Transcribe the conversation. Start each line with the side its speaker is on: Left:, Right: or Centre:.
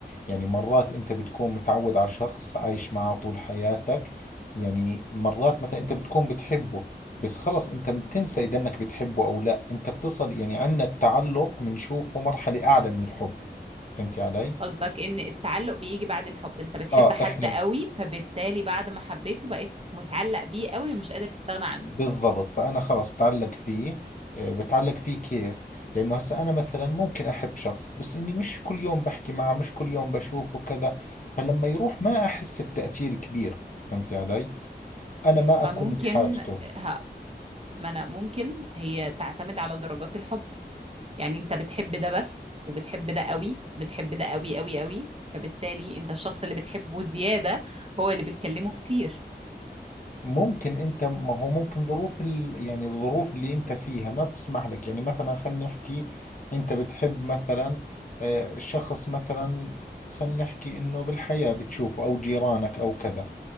Left: يعني مرات انت بتكون متعود على شخص عايش معه طول حياتك يعني مرات مثلا انت بتكون بتحبه بس خلص انت بتنسى اذا انك بتحبه او لا انت بتصل يعني عندنا التعلق بنشوفه مرحلة اعلى من الحب فهمت علي؟
Right: قصدك ان التعلق بيجي بعد الحب انت بتحب
Left: اه
Right: حد
Left: احنا
Right: قوي فبالتالي بعد ما حبيته بقيت متعلق بيه قوي ومش قادر تستغنى عنه
Left: بالضبط فأنا خلص بتعلق فيه آه، بتعلق فيه كيف لأنه هسا أنا مثلا ممكن أحب شخص بس إني مش كل يوم بحكي معه مش كل يوم بشوفه كذا فلما يروح ما أحس بتأثير كبير فهمت علي أنا ما
Right: ما
Left: أكون
Right: ممكن
Left: بحاجته
Right: ها ما انا ممكن هي تعتمد على درجات الحب يعني انت بتحب ده بس وبتحب ده قوي بتحب ده قوي قوي قوي فبالتالي انت الشخص اللي بتحبه زيادة هو اللي بتكلمه كتير
Left: ممكن أنت ما هو ممكن ظروف ال... يعني الظروف اللي أنت فيها ما بتسمح لك يعني مثلا خلينا نحكي أنت بتحب مثلا آه، شخص مثلا خلينا نحكي إنه بالحياة بتشوفه أو جيرانك أو كذا